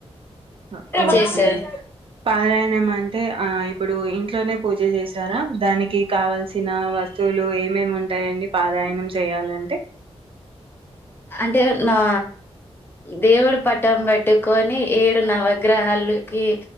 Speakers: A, on the right; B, on the left.
A: హ ఓకే
B: చేసాం
A: పారాయణం అంటే ఆ ఇప్పుడు ఇంట్లోనే పూజ చేసారా, దానికి కావల్సిన వస్తువులు ఏమేమి ఉంటాయండి పారాయణం చేయాలంటే,
B: అంటే నా దేవుడు పటం పెట్టుకొని ఏడు నవగ్రహాలకి